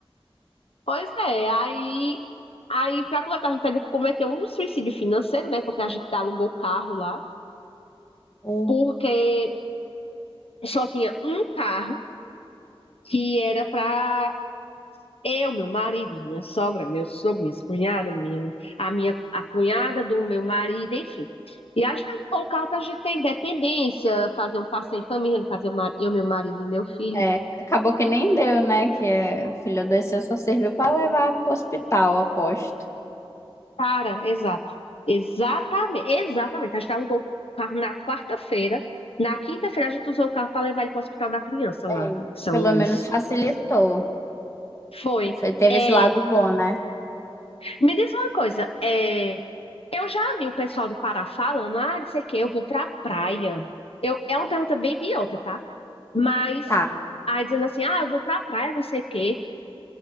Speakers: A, on the left; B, on the left.
A: pois é. Aí, aí para completar, a gente cometeu um suicídio financeiro, né? Porque a gente alugou o carro lá.
B: o-
A: Porque só tinha um carro que era para eu, meu marido, minha sogra, meu sogro, minha cunhada, minha, a minha a cunhada do meu marido, enfim. E acho que era um bom carro para a gente ter independência, fazer um passeio em família, no caso eu, mar- eu, meu marido e meu filho.
B: É, acabou que nem deu, né? Que é, o filho adoeceu, só serviu pra levar pro hospital, aposto.
A: Cara, exato. Exatamente, exatamente. A gente alugou o carro na quarta-feira. Na quinta-feira a gente usou o carro para levar ele para o hospital da criança
B: É.
A: lá em São
B: Pelo
A: Luís.
B: menos facilitou.
A: Foi.
B: Foi- Teve
A: É,
B: esse lado bom, né?
A: me diz uma coisa, é, Eu já vi o pessoal do Pará falando, ah, não sei o que, eu vou pra praia. Eu, é uma pergunta bem idiota, tá? Mas,
B: Tá.
A: aí dizendo assim, ah, eu vou pra praia, não sei o quê.